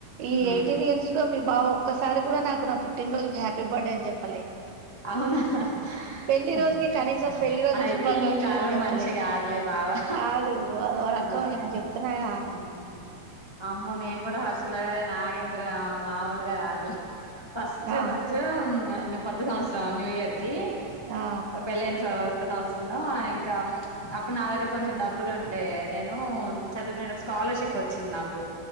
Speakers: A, on the right; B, on the left.
A: ఈ
B: ఉమ్
A: ఎయిటీన్ ఇయర్స్ లో మీ బావ ఒక్కసారి కూడా నాకు నా పుట్టినరోజుకి హ్యాపీ బర్త్డే అని చెప్పలే
B: అవునా అహ్
A: పెళ్లి
B: అహ్
A: రోజుకి కనీసం పెళ్లి రోజు
B: అహ్ అయితే
A: శుభాకాంక్షలు
B: ఈ కాలం
A: అని చెప్పలే
B: మనిషి కాదులే బావా
A: కాదు అదో రకం
B: ఆ
A: ఇగ నేను చెప్తున్నాగా
B: మ్ అమ్మోనేన్ కూడా అస్ల నాగేంద్ర మాములుగా గాదులే ఫస్ట్
A: ఆ
B: ఫస్ట్ మ్ ను కొ త్త సంవత్సరం న్యూ ఇయర్ కి
A: ఆ
B: మా పెళ్లి అయిన సం త సంవత్సరంలో ఆ ఇంకా అప్పుడు నా దగ్గర కొంచెం డబ్బులు ఉండే నేను చదువుకునేటప్పుడు స్కాలర్షిప్ వచ్చింది నాకు